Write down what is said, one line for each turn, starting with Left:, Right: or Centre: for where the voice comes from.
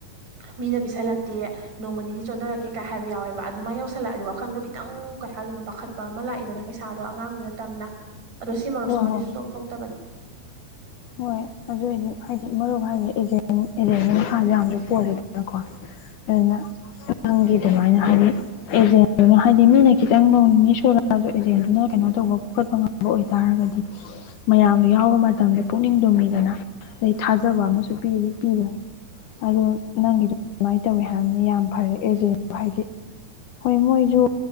Right: ꯃꯤꯅ ꯄꯤꯁꯜꯂꯛꯇꯦ ꯅꯣꯡꯃ ꯅꯤꯅꯤ ꯆꯣꯟꯊꯔꯛꯀꯦ ꯀꯥꯏ ꯍꯥꯏꯕ ꯌꯥꯎꯋꯦꯕ ꯑꯗꯨꯃꯥꯏꯅ ꯌꯧꯁꯜꯂꯛꯑꯗꯤ ꯋꯥꯈꯟꯗꯣ ꯈꯤꯇꯪ ꯇꯪ ꯀꯩꯍꯥꯢꯗꯣꯢꯅꯣ ꯄꯥꯈꯠꯄ ꯑꯃ ꯂꯥꯛꯏꯗꯅ ꯄꯩꯁꯥꯗꯣ ꯑꯉꯥꯡꯗꯤ ꯅꯠꯇꯝꯅ ꯑꯗꯣ ꯁꯤ ꯃꯔꯨꯞꯁꯤꯃꯗꯤ
Left: ꯍꯣꯏ ꯍꯣꯏ
Right: ꯁꯨꯊꯣꯛ ꯊꯣꯛꯇꯕꯅꯦ
Left: ꯍꯣꯏ ꯑꯗꯨꯏꯗꯤ ꯍꯥꯏꯗꯤ ꯃꯔꯨꯞ ꯍꯥꯏꯗꯤ ꯑꯦꯖꯦꯟ ꯑꯦꯖꯦꯟꯒꯤ ꯃꯈꯥꯁꯨ ꯌꯥꯝꯗꯤ ꯄꯣꯜꯂꯤꯗꯅꯀꯣ ꯑꯗꯨꯅ ꯅꯪꯒꯤ
Right: ꯎꯝ
Left: ꯑꯗꯨꯃꯥꯏꯅ ꯍꯥꯏꯗꯤ ꯑꯦꯖꯦꯟꯗꯨꯅ ꯍꯥꯏꯗꯤ ꯃꯤꯅ ꯈꯤꯇꯪ ꯅꯣꯡ ꯅꯤꯅꯤ ꯁꯣꯏꯔꯛꯑꯁꯨ ꯑꯦꯖꯦꯟꯗꯨꯅ ꯀꯩꯅꯣ ꯇꯧꯕ ꯐꯨꯀꯠꯄ ꯉꯝꯕ ꯑꯣꯏꯇꯥꯔ ꯇꯔꯒꯗꯤ ꯃꯌꯥꯝꯗꯣ ꯌꯥꯎꯕ ꯃꯇꯝꯗ ꯄꯨꯛꯅꯤꯡ ꯂꯨꯝꯃꯤꯗꯅ ꯑꯗꯩ ꯊꯥꯖꯕ ꯑꯃꯁꯨ ꯄꯤ ꯄꯤꯗꯅ ꯑꯗꯣ ꯅꯪꯒꯤꯗꯣ ꯑꯗꯨꯃꯥꯏꯅ ꯇꯧꯋꯤ ꯍꯥꯏꯔꯝꯅꯤꯅ ꯌꯥꯝ ꯐꯔꯦ ꯑꯦꯖꯦꯟꯗꯣ ꯍꯥꯏꯗꯤ ꯍꯣꯏ ꯃꯣꯏꯖꯨ